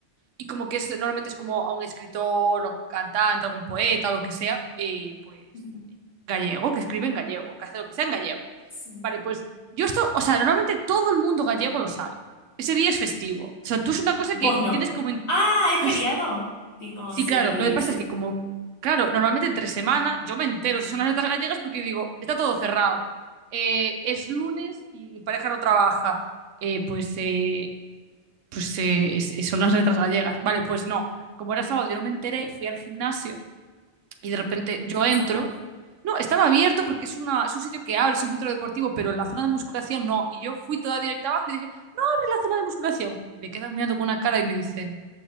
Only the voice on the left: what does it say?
Ujú,
Sí.
Vos
no.
Ah, ¿es
feriado? Tipo,
si,
si...
Estaba
cerrado.